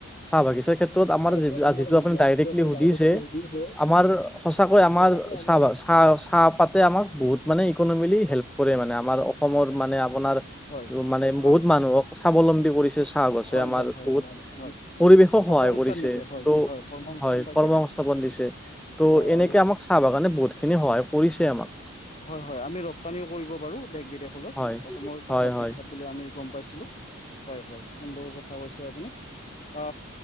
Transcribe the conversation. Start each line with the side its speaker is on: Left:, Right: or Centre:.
Centre: চাহ বাগিচা ক্ষেত্ৰত আমাৰ
Left: ক্ষেত্ৰত আমাৰ
Centre: যিটো আপুনি ডাইৰেক্টলি
Left: আপুনি
Centre: সুধিছে
Left: ডাইৰেক্টলি সুধিছে
Centre: আমাৰ সঁচাকৈ আমাৰ
Left: সঁচাকৈ আমাৰ
Centre: চাহ চাহ চাহ পাতে আমাক বহুত মানে ইকনমিলি হেল্প কৰে মানে আমাৰ অসমৰ মানে আপোনাৰ
Left: হয়
Centre: মানে
Left: হয়
Centre: বহুত মানুহক স্বাৱলম্বী কৰিছে চাহ আছে
Left: হয়
Centre: আমাৰ
Left: হয় হয়
Centre: বহুত
Left: হয়
Centre: পৰিৱেশক
Left: কৰ্মসংস্থান
Centre: সহায় কৰিছে
Left: দিছে হয়
Centre: ত'
Left: হয় কৰ্মসংস্থান
Centre: হয়
Left: পাইছে
Centre: কৰ্ম সংস্থাপন দিছে ত'
Left: হয়
Centre: এনেকে
Left: আৰু
Centre: আমাক খাব কাৰণে বহুতখিনি সহায় কৰিছে
Left: হয়
Centre: আমাক
Left: হয় হয় আমি ৰপ্তানিও কৰিব পাৰো দেশ বিদেশ
Centre: হয়
Left: অসমৰ চাহপাত
Centre: হয় হয়
Left: বিখ্যাত বোলি আমি গম পাইছিলো হয় হয় সুন্দৰ কথা কৈছে আপুনি অ